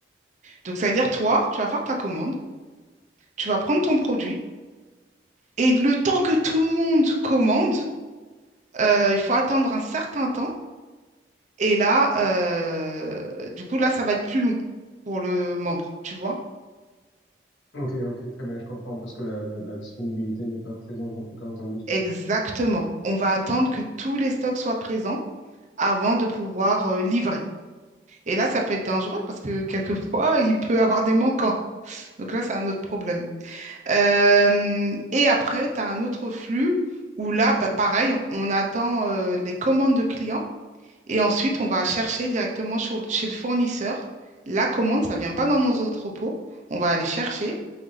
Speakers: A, on the right; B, on the left.
A: Donc, ça veut dire, toi, tu vas faire ta commande, tu vas prendre ton produit, et le temps que tout le monde commande, euh, il faut attendre un certain temps. Et là, euh, du coup, là, ça va être plus long pour le membre, tu vois?
B: Ok, ok, très bien, je comprends, parce que la, la, la disponibilité n'est pas présente, en tout cas en termes de stock.
A: Exactement. On va attendre que tous les stocks soient présents avant de pouvoir euh, livrer. Et là, ça peut être dangereux parce que quelquefois, il peut avoir des manquants. Donc là, c'est un autre problème. Euh, et après, tu as un autre flux où là, bah, pareil, on, on attend euh, les commandes de clients Et ensuite, on va chercher directement sur- chez le fournisseur. La commande, ça ne vient pas dans nos entrepôts. On va aller chercher